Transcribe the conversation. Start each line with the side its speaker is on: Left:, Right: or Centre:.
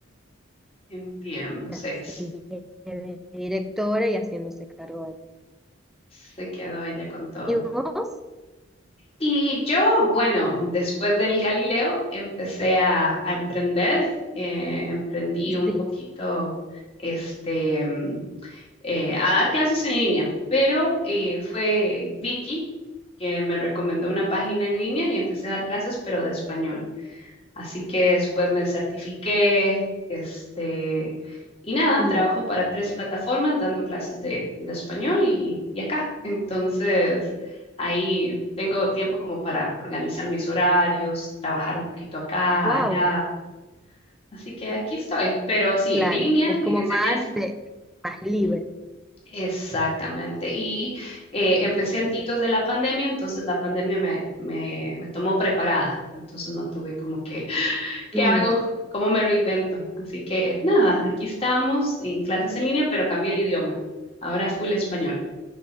Left: Entiendo, se,
Centre: así de directora y haciéndose cargo de...
Left: se quedó ella con todo.
Centre: ¿Y vos?
Left: Y yo, bueno, después del Galileo empecé a, a emprender, eh, emprendí
Centre: Sí.
Left: un poquito, este, mm, eh, a dar clases en línea, pero eh, fue Vicky que me recomendó una página en línea y empecé a dar clases, pero de español. Así que después me certifiqué, este, y nada,
Centre: Mm.
Left: trabajo para tres plataformas dando clases de, de español y, y acá. Entonces, ahí tengo tiempo como para organizar mis horarios, trabajar un poquito acá,
Centre: Wow.
Left: allá. Así que
Centre: Ujú.
Left: aquí estoy, pero sí,
Centre: Claro,
Left: en línea,
Centre: es como
Left: en enseñanza.
Centre: más de más libre.
Left: Exactamente. Y eh, empecé antitos de la pandemia, entonces la pandemia me, me, me tomó preparada. Entonces no tuve como que ¿Qué
Centre: Mm.
Left: hago? ¿Cómo me reinvento? Así que nada, aquí estamos en clases en línea, pero cambié el idioma. Ahora full español,